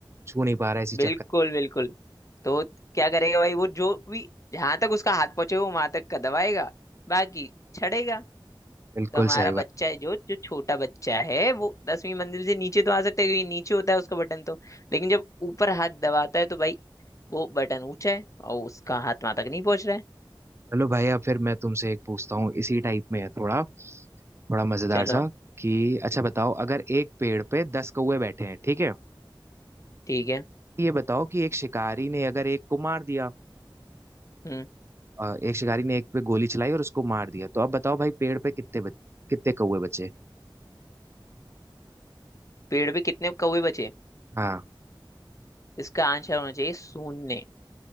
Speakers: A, on the right; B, on the left.
A: छू नहीं पा रहा इसी
B: बिल्कुल
A: चक्कर
B: बिल्कुल तो क्या करेगा भाई वो जो भी जहां तक उसका हाथ पहुंचे वो वहां तक दबाएगा बाकी छड़ेगा
A: बिल्कुल
B: तो हमारा
A: सही बात
B: बच्चा है जो जो छोटा बच्चा है वो दसवीं मंजिल से नीचे तो आ सकता है क्योंकि नीचे होता है उसका बटन तो लेकिन जब ऊपर हाथ दबाता है तो भाई वो बटन ऊंचा है और उसका हाथ वहां तक नहीं पहुंच रहा है
A: चलो भैया फिर मैं तुमसे एक पूछता हूँ इसी टाइप में है थोड़ा थोड़ा मजेदार
B: चलो
A: सा कि अच्छा बताओ अगर एक पेड़ पे दस कौवे बैठे हैं ठीक है
B: ठीक है
A: ये बताओ कि एक शिकारी ने अगर एक को मार दिया
B: हम्म
A: अ, एक शिकारी ने एक पे गोली चलाई और उसको मार दिया तो अब बताओ भाई पेड़ पे कितने बच, कितने कौवे बचे
B: पेड़ पे कितने कौवे बचे
A: हाँ
B: इसका आंसर होना चाहिए शून्य